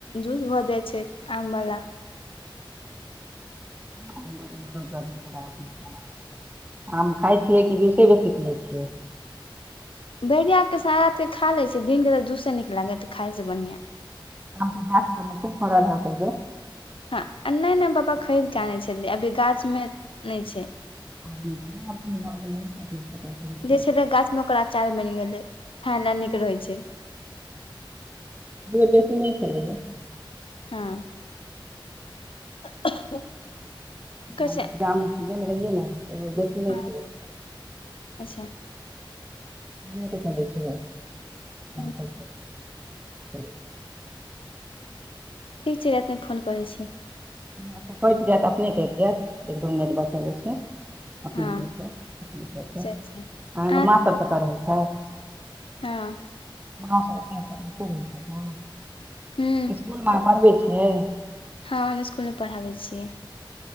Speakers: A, on the left; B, on the right.
A: जूस भऽ दय छै आम वला <unintelligible>
B: हम बी प <unintelligible> <unintelligible> आम खाय छियै कि जूसे बेसी पिबयै <unintelligible> छियै <unintelligible>
A: बैरिया के सा रात के खा ले छ दिन के तऽ जूसे नीक लागे खाय से बढ़िया
B: हम तऽ जासमे खूब फड़ल होतै जे <unintelligible>
A: हँ नहि नहि पापा खरीद कऽ आनै छै अभी गाछमे नहि छै
B: आ <unintelligible> <unintelligible>
A: जे छले गाछ मे ओकर अचार बनि गेलै खायले नीक रहै छै
B: बेसी नहि खेलैय <unintelligible> <unintelligible>
A: हँ <unintelligible> <unintelligible> कसे
B: हमर गाममे गेने रहियै ने एगो बेसी नहि
A: हँ
B: छै <unintelligible>
A: अच्छा
B: नहि तऽ चलै छै
A: ह
B: कह <unintelligible> <unintelligible>
A: ठीक छै रातिमे फोन करै छी
B: ऽ कटि जायत अपने कटि जायत एक दू मिनट बचल जे छै अपने
A: हँ
B: अहाँके
A: से छै आ
B: माँसभ कतऽ रहै छथि
A: हँ
B: गाँव
A: ह
B: इसकुलमे आ पढ़बै छै <unintelligible>
A: हँ हम इसकुलमे पढ़ाबैत छियै